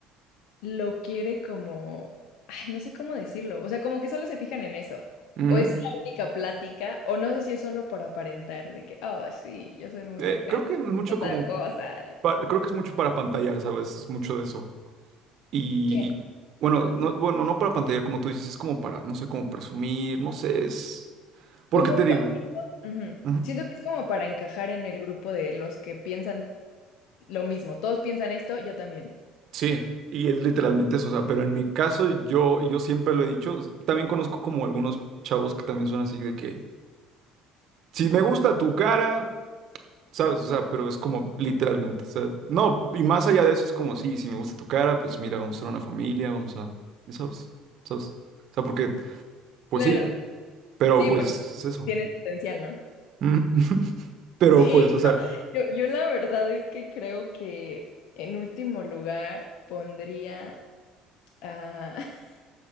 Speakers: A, on the left; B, on the right.
A: lo quiere como, ay, no sé cómo decirlo. O sea, como que solo se fijan en eso.
B: Ujú.
A: O es la única plática, o no sé si es solo por aparentar, de que, oh, sí, yo soy muy
B: Eh,
A: acá,
B: creo que es mucho como,
A: tal cosa.
B: pa- creo que es mucho para pantallar, ¿sabes? Es mucho de eso. Y,
A: ¿Quién?
B: y, bueno, no, bueno, no para pantallar, como tú dices, es como para, no sé, como presumir, no sé, es, porque
A: ¿Cómo?
B: te digo?
A: pa- Ujú.
B: Ujú.
A: Siento que es como para encajar en el grupo de los que piensan lo mismo. Todos piensan esto, yo también.
B: Sí, y es literalmente eso, o sea, pero en mi caso yo, yo siempre lo he dicho, s- también conozco como algunos chavos que también son así de que, si me gusta tu cara, sabes, o sea, pero es como literalmente, o sea, no, y más allá de eso es como, sí, si me gusta tu cara, pues mira, vamos a ser una familia, vamos a, y sabes, sabes, o sea, porque, pues
A: Claro.
B: sí, pero
A: Sí,
B: pues
A: porque
B: es eso,
A: tienes potencial, ¿no?
B: Mm. <laughs> pero
A: Sí,
B: pues, o sea,
A: no, yo, yo la verdad es que creo que en último lugar pondría a... <laughs>